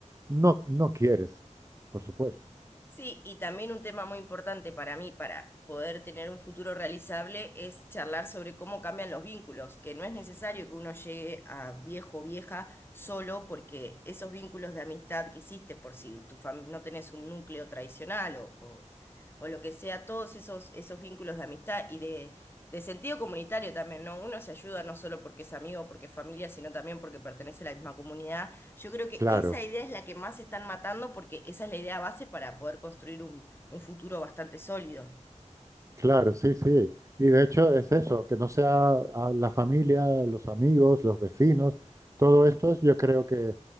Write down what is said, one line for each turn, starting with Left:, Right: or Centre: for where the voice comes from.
Right: no, no quieres, por supuesto.
Left: Sí, y también un tema muy importante para mí, para poder tener un futuro realizable, es charlar sobre cómo cambian los vínculos, que no es necesario que uno llegue a viejo o vieja solo porque esos vínculos de amistad que hiciste, por si tu fami- no tenés un núcleo tradicional o, o, o lo que sea, todos esos, esos vínculos de amistad y de, de sentido comunitario también, ¿no? Uno se ayuda no solo porque es amigo, porque es familia, sino también porque pertenece a la misma comunidad yo creo que
Right: Claro.
Left: esa idea es la que más están matando porque esa es la idea base para poder construir un, un futuro bastante sólido.
Right: Claro, sí, sí. Y de hecho es eso, que no sea a la familia, los amigos, los vecinos, todo esto yo creo que